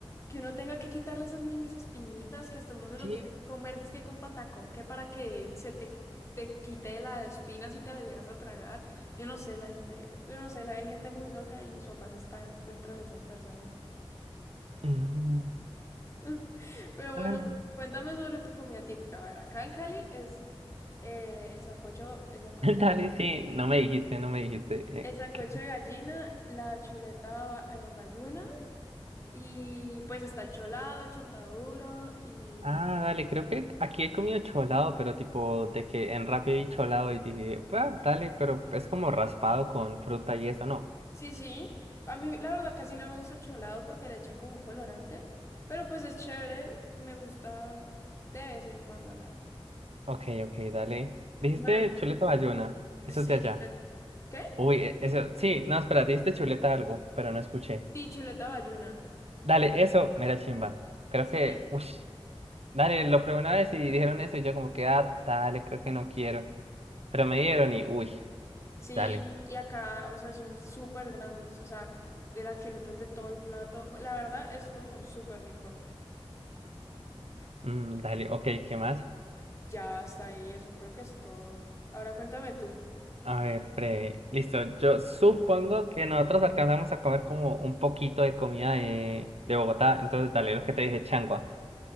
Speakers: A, on the left (about 30°); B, on the right (about 85°).
A: Que uno tenga que quitarle esas minis espinitas que hasta uno se lo
B: Sí.
A: tiene que comer, dizque con patacón, que para que se te, te quite la espina si te la llegas a tragar. Yo no sé, la gente, yo no sé, la, hay gente muy loca y mis papás están dentro de esas personas.
B: Mm,
A: <laughs> Pero bueno,
B: dale,
A: cuéntame sobre tu comida típica. A ver, acá en Cali es eh, el sancocho, el sancocho,
B: <laughs> Dale, sí, no me dijiste, no me dijiste.
A: el
B: eh,
A: sancocho
B: ¿qué?
A: de gallina, la chuleta ba- eh, bayuna y pues está el cholado, el chontaduro y
B: Ah, dale, creo que aquí he comido cholado, pero tipo de que en Rappi vi cholado y dije, "Bah, dale, pero es como raspado con fruta y eso, ¿no?
A: Sí, sí. A mí, la verdad, casi no me gusta el cholado porque le echan como un colorante, pero pues es chévere, me gusta de vez en cuando, la verdad.
B: Ok, ok, dale. Dijiste
A: Bueno,
B: chuleta bayuna, eso
A: sí,
B: es de allá.
A: chuleta- ¿qué?
B: Uy, e- eso, sí, no, espera, dijiste chuleta algo, pero no escuché.
A: Sí, chuleta bayuna.
B: Dale, eso, mera chimba. Creo
A: Sí,
B: que, uff, dale, lo probé una vez y dijeron eso y yo como que, ah, dale, creo que no quiero. Pero me dieron y, uy,
A: sí,
B: dale,
A: y acá, o sea, son súper grandes, o sea, de las chuletas de todo el plato. La verdad es como súper rico.
B: mm, dale, ok, ¿qué más?
A: Ya hasta ahí, eso creo que es todo. Ahora cuéntame tú.
B: A ver, pre, listo. Yo supongo que nosotros alcanzamos a comer como un poquito de comida de, de Bogotá, entonces dale lo que te dije, changua.